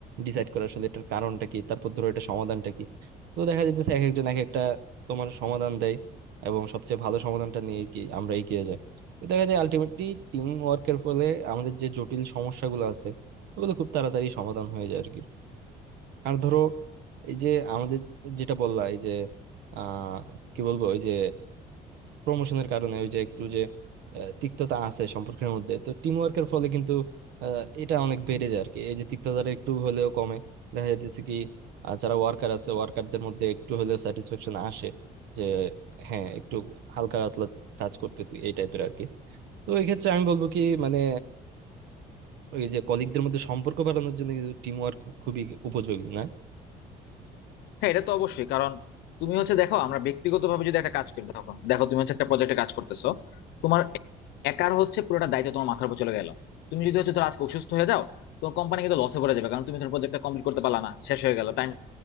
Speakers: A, on the right (about 80°); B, on the left (about 85°).
A: ডিসাইড করা আসলে এটার কারণটা কি তারপর ধরো এটা সমাধানটা কি তো দেখা যাইতেছে এক একজন এক একটা তোমার সমাধান দেয় এবং সবচেয়ে ভালো সমাধানটা নিয়ে কি আমরা এগিয়ে যাই তো দেখা যায় আলটিমেটলি টিম ওয়ার্কের ফলে আমাদের যে জটিল সমস্যাগুলো আছে ওগুলো খুব তাড়াতাড়ি সমাধান হয়ে যায় আর কি আর ধরো এই যে আমাদের যেটা বললা এই যে আহ কি বলবো ওই যে প্রমোশনের কারণে ওই যে একটু যে আহ, তিক্ততা আছে সম্পর্কের মধ্যে তো টিম ওয়ার্কের ফলে কিন্তু আহ, এটা অনেক বেড়ে যায় আর কি এই যে তিক্ততাটা একটু হলেও কমে দেখা যাইতেছে কি আহ, যারা ওয়ার্কার আছে ওয়ার্কারদের মধ্যে একটু হলেও স্যাটিসফ্যাকশন আসে যে হ্যাঁ একটু হালকা পাতলা কাজ করতেছি এই টাইপের আর কি তো এই ক্ষেত্রে আমি বলবো কি মানে ওই যে কলিগদের মধ্যে সম্পর্ক বাড়ানোর জন্য কিন্তু টিম ওয়ার্ক খুবই উপযোগী না
B: হ্যাঁ এটা তো অবশ্যই কারণ তুমি হচ্ছে দেখো আমরা ব্যক্তিগতভাবে যদি একটা কাজ করি তখন দেখো তুমি হচ্ছে একটা প্রজেক্টে কাজ করতেছো তোমার একার হচ্ছে পুরোটা দায়িত্ব তোমার মাথার উপর চলে গেল তুমি যদি হচ্ছে ধরো আজকে অসুস্থ হয়ে যাও তোমার কোম্পানি কিন্তু লসে পড়ে যাবে কারণ তুমি তোমার প্রজেক্টটা কমপ্লিট করতে পারলা না শেষ হয়ে গেল টাইম